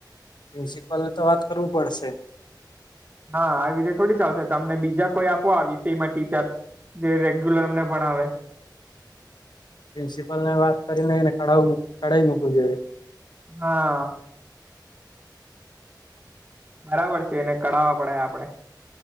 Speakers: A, on the left; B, on the right.
A: પ્રિન્સિપાલ ને તો વાત કરવું પડશે.
B: હા આવી રીતે થોડી ચાલશે તમને બીજા કોઈ આપો આ વિષયમાં ટીચર‍ બે રેગ્યુલર એમને ભણાવે.
A: પ્રિન્સિપલ ને વાત કરીને ઈવને કઢાવો કઢાઈ મૂકો જોઈએ.
B: હા. બરાબર છે એને કઢાવવા પડે આપડે.